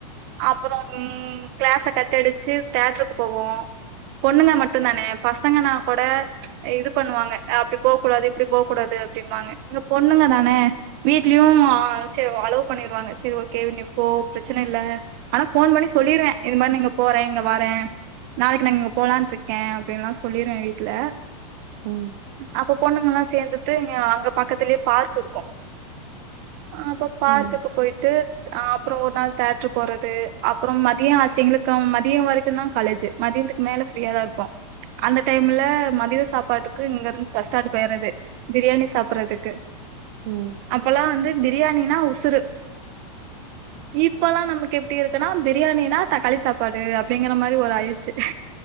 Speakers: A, on the right; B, on the right.
A: அப்புறம் கிளாஸ கட்டடிச்சு தேட்ருக்கு போவோ பொண்ணுங்க மட்டு தானே பசங்கனா கூட இது பண்ணுவாங்க அப்டி போ கூடாது இப்டி போ கூடாது அப்டிம்பாங்க இங்க பொண்ணுங்க தானே வீட்லயு ஆ சரி அலோ பண்ணிருவாங்க சரி ஓகே நீ போ பிரச்சன இல்ல ஆனா ஃபோன் பண்ணி சொல்லிருவ இது மாரி நீங்க போறங் இங்க வரே நாளைக்கு நாங் இங்க போலான்ட்ருக்க அப்டின்ல்லா சொல்லிருவ வீட்ல
B: ம்
A: அப்ப பொண்ணுங்கல்லா சேந்துட்டு இங்க அங்க பக்கத்திலே பார்க் இருக்கோ ஆ அப்ப பார்க்குக்கு
B: ம்
A: போய்ட்டு அ அப்புறோ ஒரு நாள் தேட்ரு போறது அப்புறம் மதிய ஆச்சு எங்ளுக்கோம் மதிய வரைக் மட்டும்தா கலெஜ்ஜூ மதியன்த்துக்கு மேல ஃப்ரீயா தா இருப்போ அந்த டைம்ல மதியோ சாப்பாட்டுக்கு இங்க இருந்து பஸ் ஸ்டாண்டு போய்றது பிரியாணி சாப்பறதுக்கு
B: ம்
A: அப்பல்லா வந்து பிரியாணினா உசுரு இப்பல்லா நமக்கு எப்டி இருக்குனா பிரியாணினா தக்காளி சாப்பாடு அப் அப்டிங்கற மாரி ஒரு ஆயிருச்சு